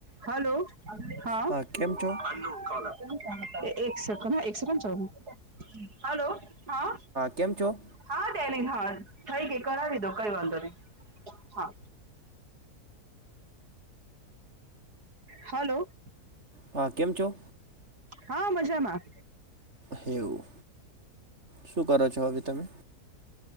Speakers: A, on the right (about 85°); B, on the right (about 45°).
A: Hello હા
B: હા કેમ છો?
A: એક સકન્ડ એક સકડ ચ હલો હા
B: કેમ છો
A: હા ડેલીન હા થઈ ગઈ કરાવી દો કઈ વાંધો નહી હા હલોલો
B: હા કેમ છો
A: હા મજામાં
B: હેવું શું કરો છો અભી તમે